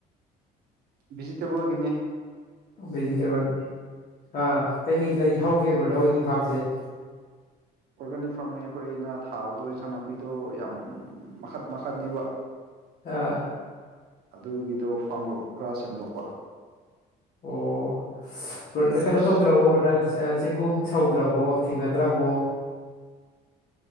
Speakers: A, on the right (about 70°); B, on the left (about 55°).
A: ꯚꯖꯤꯇꯦꯕꯜꯒꯤꯅꯦ
B: ꯚꯦꯖꯤꯇꯦꯕꯜ ꯑꯥ ꯀꯩꯀꯩ ꯂꯩ ꯍꯧꯒꯦꯕ꯭ꯔ ꯅꯈꯣꯏꯒꯤ ꯐꯥꯝꯁꯦ
A: ꯑꯣꯔꯒꯥꯅꯤꯛ ꯐꯥꯔꯃꯤꯡ ꯑꯩꯈꯣꯏꯅ ꯊꯥꯕꯗꯣ ꯏꯟꯁꯥꯡ ꯅꯥꯄꯤꯗꯣ ꯌꯥꯝ ꯃꯈꯠ ꯃꯈꯠꯅꯦꯕ
B: ꯑꯥ
A: ꯑꯗꯨꯒꯤꯗꯣ ꯐꯥꯝ ꯈꯔ ꯁꯦꯝꯗꯣꯛꯄ
B: ꯑꯣ
A: ꯑꯁ
B: ꯀꯩꯅꯣ ꯇꯧꯗ꯭ꯔꯕꯕꯅ ꯆꯦꯡꯒꯨꯝ ꯁꯧꯗ꯭ꯔꯕꯣ ꯊꯦꯡꯅꯗ꯭ꯔꯕꯣ